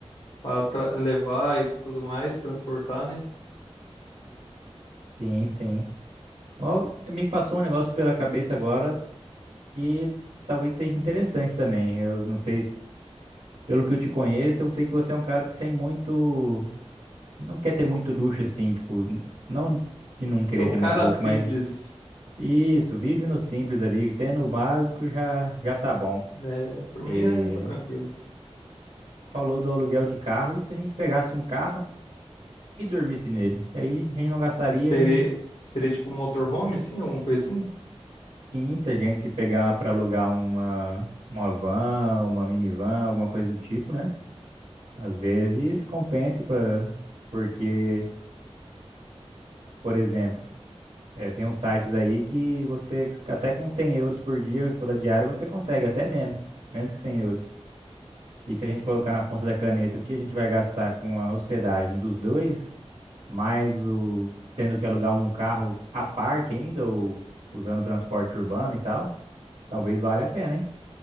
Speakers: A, on the left (about 75°); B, on the right (about 70°).
A: pra tra- levar e tudo mais, transportar, né?
B: Sim, sim. Ó, me passou um negócio pela cabeça agora que talvez seja interessante também. Eu não sei se, pelo que eu te conheço, eu sei que você é um cara que sem muito, não quer ter muito luxo assim, tipo, não de não querer
A: Sou
B: ter
A: um cara
B: muito luxo,
A: simples,
B: mas Isso, vive no simples ali, tendo o básico já, já tá bom.
A: né? Por mim
B: E
A: já tá tranquilo.
B: falou do aluguel de carro, e se a gente pegasse um carro e dormisse nele? aí a gente não gastaria
A: Seria,
B: em
A: seria tipo um motorhome, sim, alguma coisa assim?
B: sim, se a gente pegar para alugar uma, uma van, uma minivan, alguma coisa do tipo, né? Às vezes compense para porque, por exemplo, é, tem uns sites aí que você, até com 100 euros por dia pela diária, você consegue até menos, menos que 100 euros. E se a gente colocar na ponta da caneta o que a gente vai gastar com a hospedagem dos dois, mais o tendo que alugar um carro à parte ainda, ou usando transporte urbano e tal, talvez valha a pena, hein?